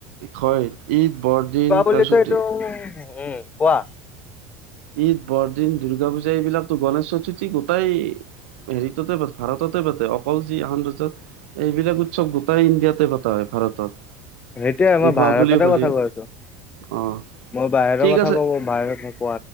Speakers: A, on the right; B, on the left.
A: হয় ঈদ। বৰদিন
B: পোৱাবলে
A: তাৰপিছত
B: ত এইটো উম কোৱা।
A: ঈদ, বৰদিন, দূৰ্গা পূজা, এইবিলাকতো গণেশ চতুৰ্থী গোটাই। হেৰিততে পাতে ভাৰততে পাতে অকল যি আন দেশত এইবিলাক উৎসৱ গোটেই ইণ্ডিয়াতে পতা হ'য়। ভাৰতত।
B: সেইটোয়ে
A: দীপাৱলী,
B: মই ভাৰতৰে
A: হোলী
B: কথা কৈ আছোঁ।
A: অ
B: মই বাহিৰৰ
A: ঠিক
B: কথা
A: আছে
B: কব বাহিৰত কথা।